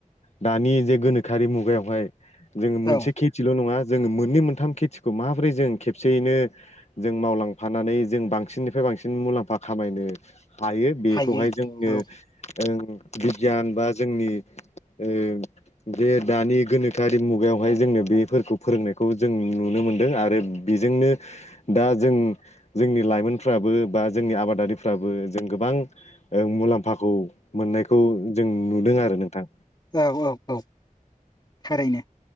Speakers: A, on the left; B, on the left.
A: दानि जे गोनोखोआरि मुगायावहाय जोङो
B: औ
A: मोनसे खे थिल' नङा जोङो मोननै मोनथाम खेथिखौ माबोरै जों खेबसेयैनो जों मावलांफानानै जों बांसिननिफ्राय बांसिन मुलाम्फा खामायनो हायो बेखौहाय
B: हायो
A: जोंनो
B: औ
A: ओं बिगियान बा जोंनि ओ जे दानि ओ गोनो खारि मुगायावहाय जोंनो बेफोरखौ फोरोंनायखौ जों नुनो मोनदों आरो बेजोंनो दा जों जोंनि लाइमोनफ्राबो बा जोंनि आबादारिफ्राबो जों गोबां ओ मुलाम्फाखौ मोननायखौ जों नुदों आरो नोंथां।
B: औ औ औ थारैनो